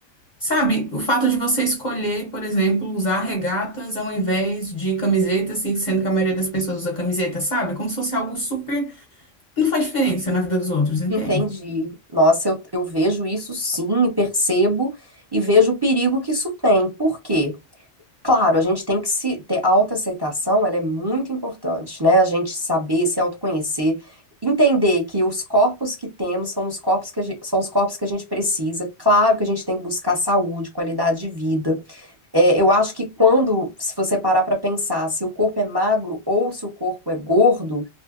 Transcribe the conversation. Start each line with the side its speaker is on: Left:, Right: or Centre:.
Left: sabe, o fato de você escolher, por exemplo, usar regatas ao invés de camisetas, assim, sendo que a maioria das pessoas usa camiseta, sabe? Como se fosse algo super, não faz diferença na vida dos outros, entende?
Right: Entendi. Nossa, eu, eu vejo isso sim, e percebo e vejo o perigo que isso tem. Por quê? Claro, a gente tem que se ter autoaceitação, ela é muito importante, né? A gente saber, se autoconhecer, entender que os corpos que temos são os corpos que a gente, são os corpos que a gente precisa. Claro que a gente tem que buscar saúde, qualidade de vida. É, eu acho que quando, se você parar para pensar se o corpo é magro ou se o corpo é gordo,